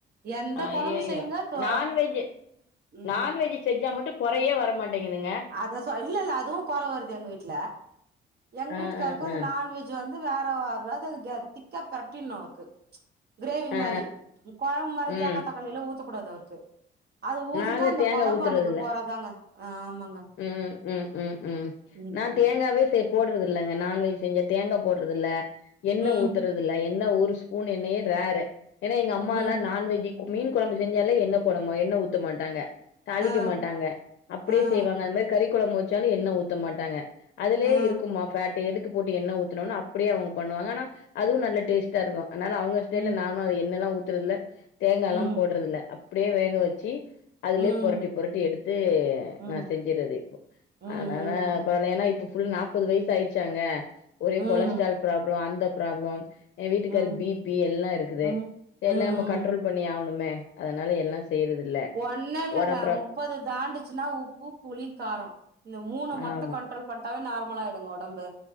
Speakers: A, on the right; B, on the left.
A: எந்த
B: அ
A: கொழம்பு
B: ஐயயோ
A: செய்யுங்க தோ
B: நான்வெஜ்ஜு
A: ம்
B: நான்வெஜ்ஜி செஞ்சா மட்டு கொறையே வரமாட்டேங்கிதுங்க
A: அத சொ இல்லல்ல அதுவு கொற வருது எங் வீட் எங்
B: ஆ,
A: வீட்டுக்காருக்கு
B: ஆ,
A: அந்த
B: ஆ,
A: நான்வெஜ் ஜ் வந்து வேற <unintelligible> திக்கா பெரட்டிற்னு அவுருக்கு கிரேவி
B: ஆ,
A: மாரி கொழம்பு மாரி
B: ம்.
A: தேங்க் தக் காளி எல்லா ஊத்தக்கூடாது அவுர்க்கு அது ஊத்திட்டா
B: நாங்க
A: அந்த
B: தேங்கா
A: கொழம்பு
B: ஊத்துறதில்ல.
A: அன்னக்கி கொறதாங்க ஆமாங்க
B: ம் ம்ம்ம்
A: ம்
B: நா
A: ம்
B: தேங்காவே சேப் போட்றதுல்லங்க நான்வெஜ் செஞ்ச தேங்கா போட்றதுல்ல என்ன
A: ம்
B: ஊத்துறதுல்ல என்ன ஒரு ஸ் ஊண் எண்ணயே ரேரு ஏன்னா எங்க அம்மாலா
A: ம்
B: நான்வெஜ்ஜி மீன் கொழம்பு செஞ்சாலே என்ன போடமு எண்ண ஊ த்து மாட்டாங்க தாளிக்க
A: ஆ
B: மாட்டாங்க அப்புடியே
A: ஆ ஆ
B: செய்வாங்க அது மாரி கறி ககொழம்பு வச்சாலு எண்ண ஊத்த மாட்டாங்க அதுலே
A: ஆ
B: இருக்குமா ஃபேட்டு எதுக்கு போட்டு எண்ண ஊத்துணுனு அப்புடியே அவுங்க பண்ணுவாங்க ஆனா அதுவு நல்ல
A: ம்
B: டேஸ்ட்டா இருக்கு அத்னால அவுங்க ஸ்ல்ல
A: ம்
B: நானு அது எண்ணல்லா ஊத்துறதுல்ல தேங்கால்லா
A: ம்
B: போட்றதுல்ல அப்புடே வேக வச்சி அதுலே
A: ம்
B: பொரட்டி பொரட்டி எடுத்து
A: ம்
B: நா செஞ் கிறது இப்போ
A: ம்
B: அத்னால ப்ப ஏன்னா இப்ப ஃபுல் நாப்பது வய்ஸ் ஆயிட்ச்சாங்க ஒரே
A: ம் ம்
B: கொலஸ்ட்ரால் ப்ராப்ளம் அந்த ப்ராப்ளம் ஏ வீட்டுக்காருக்கு
A: ம்
B: பிபி எல்லா இருக்குது
A: ம் ம் ம்
B: எல்லா நம்ம கண்ட்ரோல் பண்ணி ஆவணுமே அதனால எல்லா செய்றது இல்ல
A: இல்ல இல்லங்க
B: ஒடப்புற
A: முப்பது தாண்டுச்சுனா உப்பு புளி காரோ இந்த மூண மட்டு
B: ஆமா
A: கண்ட்ரோல் பண் டாவே நார்மலா ஆயிடுங்க ஒடம்பு